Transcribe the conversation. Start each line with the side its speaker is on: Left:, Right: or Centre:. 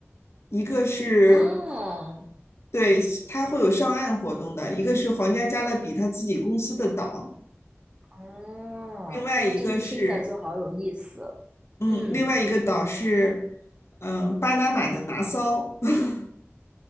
Left: 一个是
Right: 哦
Left: 对它会有上岸活动的，一个是皇家加勒比他自己公司的岛，
Right: 哦，
Left: 另外一个是
Right: 那真的听起来就好有意思。
Left: 嗯，
Right: 嗯。
Left: 另外一个岛是嗯巴拿马的拿骚，<laughs>